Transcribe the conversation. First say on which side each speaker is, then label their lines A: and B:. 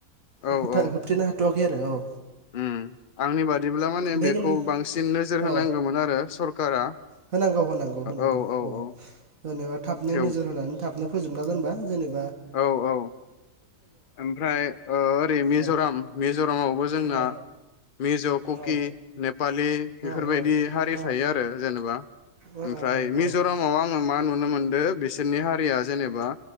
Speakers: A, on the left (about 40°); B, on the right (about 60°).
A: औ
B: होबथा
A: औ
B: होबथेनो हा थ'आखै आरो औ
A: उम आंनि बाद बिदिब्ला माने
B: बे
A: बेखौ
B: खिन्थु
A: बांसिन नोजोर होनांगौमोन
B: औ
A: आरो सरखारा
B: होनांगौ होनांगौ होनांगौ
A: ओ औ औ
B: अ
A: औ
B: जेनेबा थाबनो
A: थेव
B: नोजोर होनानै थाबनो फोजोबना दोनबा जेनेब
A: औ औ ओमफ्राय ओरै मिज'राम
B: औ
A: मिज'रामावबो जोंना
B: औ
A: मिज' कुकि
B: औ
A: नेपालि बेफोरबायदि
B: औ
A: हारि
B: औ
A: थायो आरो जेनेबा
B: ओ
A: ओमफ्राय मिज'रामाव
B: औ
A: आं मा नुनो मोनदो बिसोरनि हारिया जेनेबा